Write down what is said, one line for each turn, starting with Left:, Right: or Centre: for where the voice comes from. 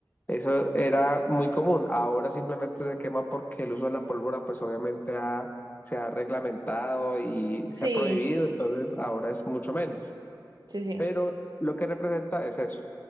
Left: eso era muy común. Ahora simplemente se quema porque el uso de la pólvora pues obviamente ha- se ha reglamentado y se
Right: sí,
Left: ha prohibido, entonces ahora es mucho menos
Right: sí, sí.
Left: pero lo que representa es eso,